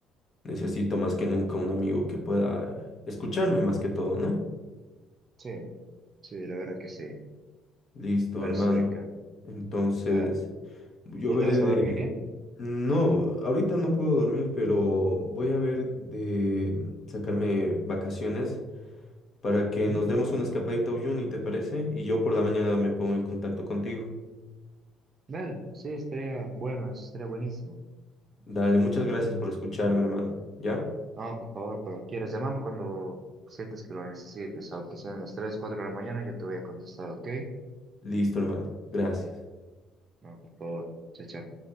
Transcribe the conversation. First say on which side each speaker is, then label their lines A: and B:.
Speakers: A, on the left; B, on the right.
A: Necesito más que nunca un amigo que pueda escucharme más que todo, ¿no?
B: Sí, sí, la verdad que sí,
A: Listo,
B: perfecto.
A: hermano. Entonces,
B: Dale.
A: yo
B: ¿Ya
A: veré
B: te vas
A: de...
B: a dormir?
A: No, ahorita no puedo dormir, pero voy a ver de sacarme vacaciones para que
B: Ujú.
A: nos demos una escapadita a Uyuni, ¿te parece? Y yo por la mañana me pongo en contacto contigo.
B: Dale. Sí, estaría bueno, eso estaría buenísimo.
A: Dale, muchas gracias por escucharme, hermano. ¿Ya?
B: No, por favor, cuando quieras, llámame cuando sientas que lo necesites, aunque sean las 3 4 de la mañana, yo te voy a contestar, ¿ok?
A: Listo, hermano. Gracias.
B: No, por favor. Chao, chao.